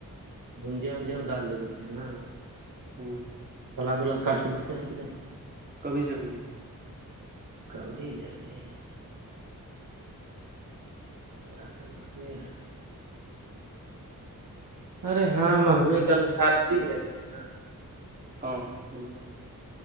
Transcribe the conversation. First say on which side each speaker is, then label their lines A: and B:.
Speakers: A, on the right; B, on the right.
A: گونجے وجے وہ ڈال دے دیتے ہیں نا
B: ہوں
A: سلاد ولاد کاٹ کے دیتے ہیں ک نہیں
B: کبھی کبھی ہے
A: کھی جببھی اورسا مچلی ہے ارے ہاں مہنگائی کے انوسار تین ہزار لیتے ہیں نا
B: ہاں تین جار